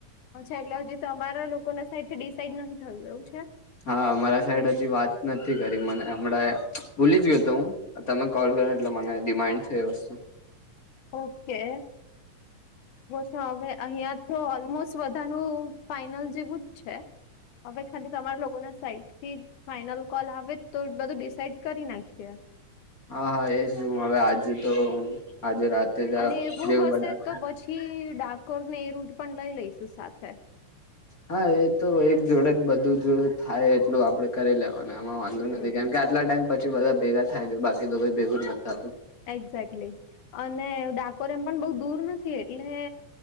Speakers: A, on the left; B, on the left.
A: અચ્છા એટલે હજી તમારા લોકો ના સાઈડ થી ડિસાઇડ નથી થયું એવું છે
B: હા મારા સાઈડ હજી વાત નથી કરી મને હમણાં ભૂલી જ ગયો હતો હું તમે કોલ કરો એટલે મને રીમાન્ડ થય એ વસ્તુ
A: ઓકે છે હવે અહિયાં તો ઓલમોસ્ટ વધાનું ફાઈનલ જેવું જ છે હવે ખાલી તમારા લોકો ના સાઈટ થી ફાઈનલ કોલ આવે તો બધું ડિસાઈડ કરી નાખીએ
B: હા હા એ જું હવે આજે તો આજે રાતે જ
A: અને એવું
B: જેવું
A: હશે
B: બધા
A: તો પછી ડાકોર ને એ રૂટ પણ લઈ લઈશું સાથે
B: હા એ તો એક જોડે ને બધું જોટલું થાય એટલું આપડે કરી લેવા અને એમાં વાંધો
A: હમ
B: નથી કેમ કે આટલા ટાઈમ પછી બધા ભેગા થાય છે બાકી તો કોઈ ભેગું જ નથીતાતું
A: એક્ઝેક્ટલી અને ડાકોર એમ પણ બહ દૂર નથી એટલે